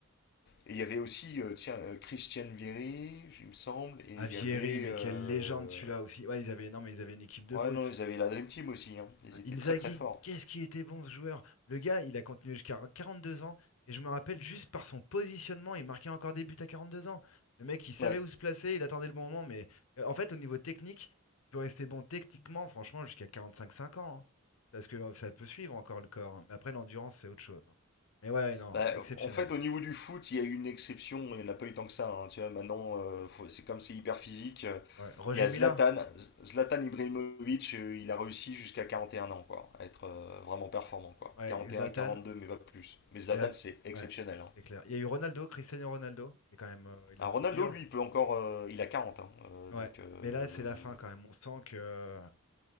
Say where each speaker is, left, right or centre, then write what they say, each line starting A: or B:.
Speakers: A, on the left; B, on the left.
A: Et il y avait aussi, euh, tiens, euh, Christiane Vieri, il me semble, et
B: Ah,
A: il
B: Vieri,
A: y avait.
B: mais
A: euh,
B: quelle légende celui-là aussi. Ouais, ils avaient, non, mais ils avaient une équipe de
A: Ouais,
B: brutes.
A: non, ils avaient la Dream Team aussi, hein. Ils
B: Ah,
A: étaient
B: Inzaghi,
A: très très forts.
B: qu'est-ce qu'il était bon ce joueur. Le gars, il a continué jusqu'à 42 ans. Et je me rappelle juste par son positionnement, il marquait encore des buts à deux ans. Le mec, il savait
A: Ouais.
B: où se placer, il attendait le bon moment. Mais euh, en fait, au niveau technique, tu peux rester bon techniquement, franchement, jusqu'à quarante-cinq cinq ans. hein. Parce que euh, ça peut suivre encore le corps. hein. Mais après, l'endurance, c'est autre chose. hein. Mais ouais, non,
A: Bah,
B: exceptionnel.
A: en fait, au niveau du foot, il y a eu une exception, il n'y en a pas eu tant que ça. hein. Tu vois, maintenant, euh, faut- c'est comme c'est hyper physique. euh,
B: Ouais. Roger
A: Il y a
B: Mila,
A: Zlatan, Z- Zlatan Ibrahimovic, euh, il a réussi jusqu'à 41 ans, quoi, à être euh, vraiment performant, quoi.
B: ouais,
A: 41,
B: Zlatan.
A: 42, mais pas plus. Mais Zlatan,
B: Il y a...
A: c'est exceptionnel.
B: Ouais,
A: hein.
B: c'est clair. Il y a eu Ronaldo, Cristiano Ronaldo. Il est quand même, euh, il,
A: Ah,
B: a-
A: Ronaldo,
B: il dure.
A: lui, il peut encore, euh, il a 40, hein, euh,
B: Ouais,
A: donc euh,
B: mais là, c'est la fin quand même. On sent que euh,